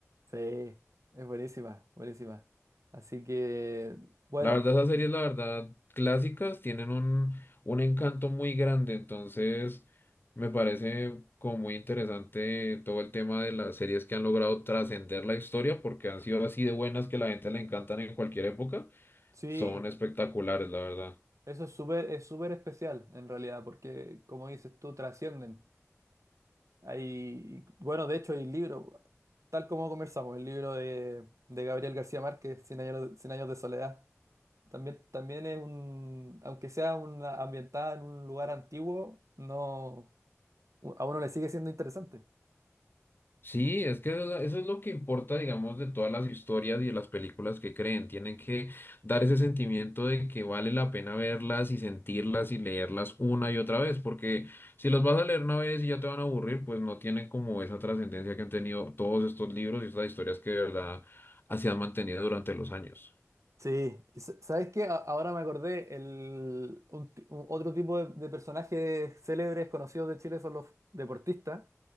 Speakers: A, on the right; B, on the left.
A: Sí, es buenísima, buenísima. Así que, bueno,
B: La verdad, esas series, la verdad, clásicas tienen un, un encanto muy grande, entonces me parece como muy interesante todo el tema de las series que han logrado trascender la historia porque han sido así de buenas que la gente le encantan en cualquier época,
A: sí,
B: son espectaculares, la verdad.
A: eso es súper, es súper especial en realidad, porque como dices tú, trascienden. Hay, bueno, de hecho hay libro, tal como conversamos, el libro de, de Gabriel García Márquez, Cien años, Cien años de soledad. También, también es un, aunque sea una ambientada en un lugar antiguo, no, u- a uno le sigue siendo interesante.
B: Sí, es que eso, eso es lo que importa, digamos, de todas las historias y de las películas que creen. Tienen que dar ese sentimiento de que vale la pena verlas y sentirlas y leerlas una y otra vez, porque si las vas a leer una vez y ya te van a aburrir, pues no tienen como esa trascendencia que han tenido todos estos libros y estas historias que de verdad así han mantenido durante los años.
A: Sí, y sa- ¿sabes qué? A- Ahora me acordé, el, un ti- un- otro tipo de, de personajes célebres conocidos de Chile son los deportistas,